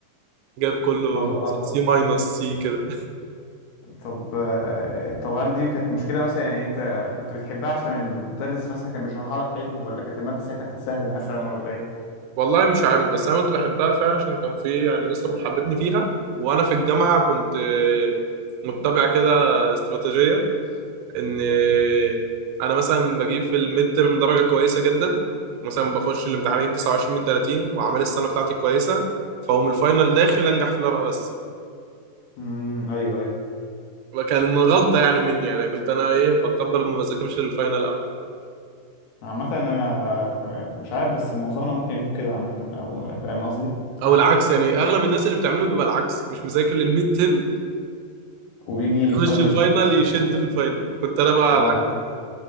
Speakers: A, on the right; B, on the left.
A: جاب كله
B: ما شاء الله
A: سي ماينس سي كده
B: طب آه، طب هل دي كانت مشكلة مثلا يعني انت كنت بتحبها عشان المدرس مثلا كان بيشرحها لك حلو ولا كانت المادة ساعتها كانت سهلة مثلا ولا ايه؟
A: والله مش عارف بس انا كنت بحبها فعلا عشان كان في يعني مستر محببني فيها وانا في الجامعه كنت آه، متبع كده استراتيجيه ان آه، انا مثلا بجيب في الميد ترم درجه كويسه جدا مثلا بخش الامتحان اجيب 29 من 30 واعمال السنه بتاعتي كويسه فاقوم الفاينل داخل انجح في الورقه بس
B: امم ايوه ايوه
A: وكان غلطه يعني مني يعني كنت انا ايه بكبر ما بذاكرش للفاينل قوي
B: عامة انا مش عارف بس معظمنا ممكن يكون كده عامة او فاهم قصدي
A: او العكس يعني اغلب الناس اللي بتعمله بيبقى العكس مش مذاكر للميد ترم
B: وبيجي
A: يخش
B: الفاينل
A: الفاينل
B: شيء
A: يشد في الفاينل كنت انا بقى
B: اه